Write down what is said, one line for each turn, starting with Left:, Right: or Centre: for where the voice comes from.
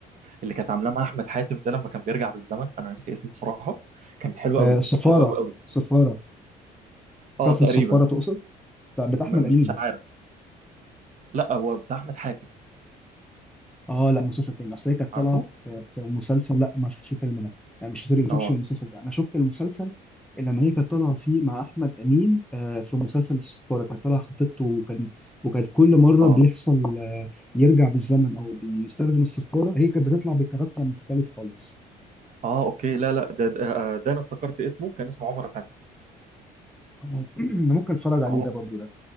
Right: اللي كانت عاملاه مع احمد حاتم ده لما كان بيرجع بالزمن انا نسي اسمه بصراحه كانت حلوه
Centre: آه،
Right: قوي
Centre: سفاره
Right: كانت حلوه قوي قوي
Centre: سفاره
Right: اه
Centre: مسلسل
Right: تقريبا
Centre: السفاره تقصد بتاع بتاع احمد
Right: م-
Centre: امين
Right: مش عارف لا هو بتاع احمد حاتم
Centre: اه لا مسلسل تاني اصل هي كانت
Right: عارفه
Centre: طالعه في في مسلسل لا ما شفتش الفيلم ده انا مش سوري ما شفتش
Right: اه
Centre: المسلسل ده انا شفت المسلسل اللي لما هي كانت طالعه فيه مع احمد امين آه، في مسلسل السفاره كانت طالعه خطيبته وكان وكانت كل مره
Right: اه
Centre: بيحصل آه، يرجع بالزمن او بيستخدم السفاره هي كانت بتطلع بكاركتر مختلف خالص
Right: اه اوكي لا لا ده ده, آه، ده انا افتكرت اسمه كان اسمه عمر افندي
Centre: آه، <clears throat> ممكن اتفرج عليه
Right: عمر
Centre: ده برضو ده